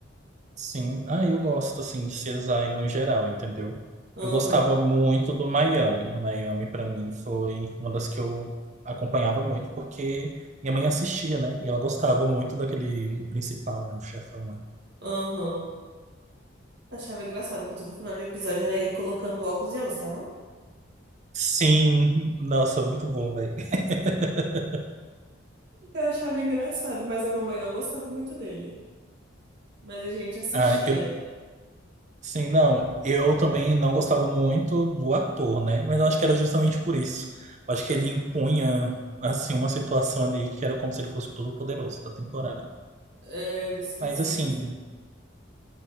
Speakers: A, on the right; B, on the right.
A: Sim, ah, eu gosto assim de CSI no geral, entendeu?
B: Aham,
A: Eu gostava muito do Miami. Miami pra mim foi uma das que eu acompanhava muito porque minha mãe assistia, né? E ela gostava muito daquele o principal, né, o chefão lá.
B: aham. Achava engraçado que todo final de episódio era ele colocando óculos e a música.
A: Sim, nossa, muito bom, velho. <laughs>
B: Eu achava engraçado, mas a mamãe não gostava muito dele. Mas a gente assistia.
A: Ah, eu sim, não, eu também não gostava muito do ator, né? Mas eu acho que era justamente por isso. Eu acho que ele impunha assim uma situação ali que era como se ele fosse o todo-poderoso da temporada.
B: Era esquisito.
A: Mas assim,